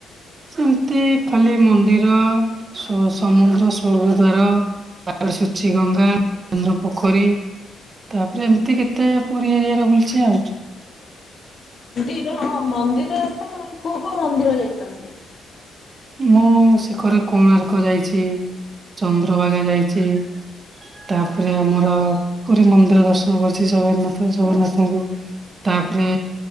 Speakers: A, on the right (about 40°); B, on the left (about 45°).
A: ସେମିତି ଖାଲି ମନ୍ଦିର ସମୁଦ୍ର ସ୍ବର୍ଗଦ୍ୱାର। ତାପରେ ସୁଚି ଗଙ୍ଗା, ଚନ୍ଦ୍ର ପୋଖରୀ। ତାପରେ ଏମିତି କେତେ ପୁରୀ ଏରିଆରେ ବୁଲଛି ଆଉ
B: ପୁରୀ ହଁ ମନ୍ଦିର କୋଉ କୋଉ ମନ୍ଦିର ଯାଇଛନ୍ତି।
A: ମୁଁ ଶିଖରେ କୋଣାର୍କ ଯାଇଛି। ଚନ୍ଦ୍ରଭାଗା ଯାଇଛି ତାପରେ ଆମର କରି ମନ୍ଦିର ଦର୍ଶନ କରିଛି ଜଗନ୍ନାଥ ଜଗନ୍ନାଥଙ୍କୁ ତାପରେ